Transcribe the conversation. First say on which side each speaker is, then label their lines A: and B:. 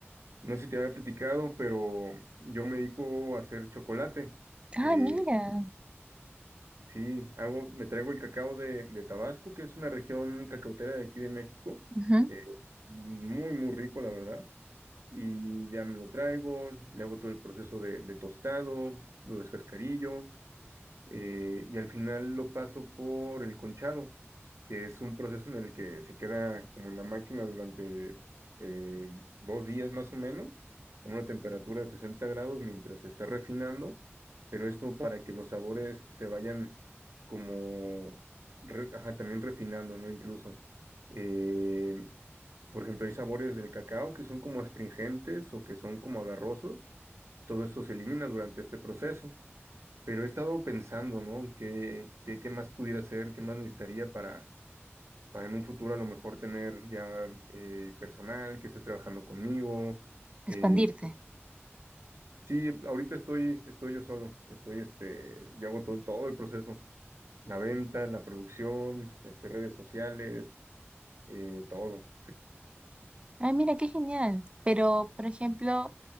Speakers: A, on the right; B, on the right.
A: no sé si te había platicado, pero yo me dedico a hacer chocolate.
B: Ah,
A: Eh,
B: mira,
A: sí, hago, me traigo el cacao de, de Tabasco, que es una región cacautera de aquí de México.
B: ujú,
A: Eh, muy, muy rico, la verdad. y ya me lo traigo, le hago todo el proceso de, de tostado, lo descascarillo, eh, y al final lo paso por el conchado, que es un proceso en el que se queda como en la máquina durante eh, dos días más o menos, a una temperatura de 60 grados mientras se está refinando, pero esto para que los sabores se vayan como, re- ajá, también refinando, ¿no? Incluso. eh, por ejemplo, hay sabores del cacao que son como astringentes o que son como agarrosos. Todo esto se elimina durante este proceso. Pero he estado pensando, ¿no? ¿Qué, qué, qué más pudiera hacer? ¿Qué más
B: Ujú.
A: necesitaría para, para en un futuro a lo mejor tener ya eh, personal que esté trabajando conmigo?
B: Expandirte.
A: Eh, sí, ahorita estoy, estoy yo solo. Estoy, este, yo hago todo, todo el proceso. La venta, la producción, este, redes sociales, eh, todo.
B: Ah, mira, qué genial. Pero, por ejemplo,